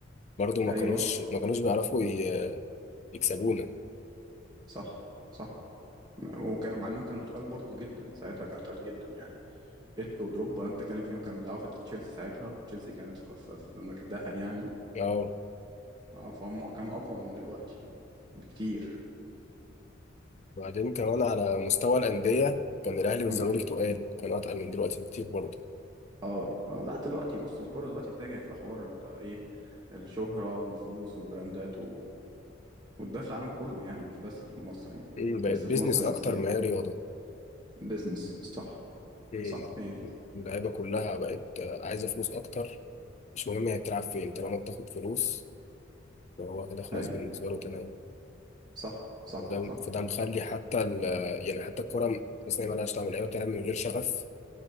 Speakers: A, on the left; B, on the right.
A: برضو ما
B: ايوه
A: كانوش ما كانوش بيعرفوا ي- يكسبونا
B: صح صح م- وكان مع انهم كانوا تقال برضو جدا ساعتها كانوا تقال جدا يعني ايتو ودروجبا انت بتتكلم فيهم كانوا بيلعبوا في تشيلسي ساعتها وتشيلسي كانت في في- في مجدها يعني
A: اه
B: اه فهم كانوا اقوى من دلوقتي بكتير
A: وبعدين كمان على مستوى الأندية كان الأهلي والزمالك
B: اه
A: تقال كانوا أتقل من دلوقتي بكتير برضو
B: اه آه، لا دلوقتي بص الكوره دلوقتي اتجهت لحوار ال- ايه الشهره والفلوس والبراندات و... وده في العالم كله يعني مش بس في مصر يعني
A: مم، بقت
B: بس
A: بيزنس
B: في مصر
A: أكتر
B: بزياده
A: ما هي رياضة
B: بيزنس صح
A: مم،
B: صح هي دي
A: اللعيبة كلها بقت آه، عايزة فلوس أكتر مش مهم هي بتلعب فين طالما بتاخد فلوس هو كده خلاص
B: اي
A: بالنسبة له تمام
B: صح صح
A: فده
B: صح
A: فده مخلي حتى ال يعني حتى الكورة تحس إن هي مالهاش طعم اللعيبة بتلعب من غير شغف